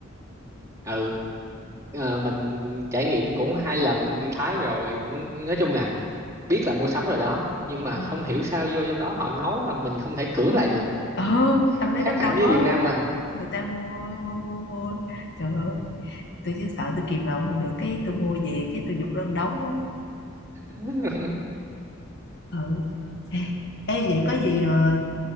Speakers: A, on the right; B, on the left.
A: Ừ. Ờ, mình trải nghiệm cũng hai lần đi Thái rồi cũng nói chung là biết là mua sắm rồi đó nhưng mà
B: ừ.
A: không hiểu sao vô trong đó họ nói mà mình không thể cưỡng lại được
B: ờ
A: <laughs>
B: tâm lý
A: khác
B: đám
A: hẳn
B: đông
A: với
B: đó
A: Việt Nam mình
B: người ta mua mua mua mua trời ơi tôi chỉ sợ tôi kìm lòng không được cái tôi mua về cái tôi giục lân đóng đó
A: <laughs>
B: Ừ. Ê, ê, vậy có gì ờ,